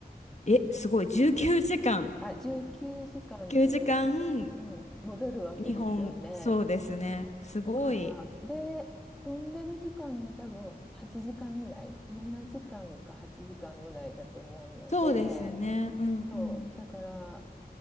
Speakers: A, on the left (about 45°); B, in the centre.
A: え、すごい。19時間。
B: あ、19時間っていうと、
A: 9時間、
B: うん、戻るわけですよね。
A: 日本、そうですね。すごい。
B: だから、で、飛んでる時間が多分8時間ぐらい、7時間か8時間ぐらいだと思うので、
A: そうですね。うんうん。
B: そう、だから、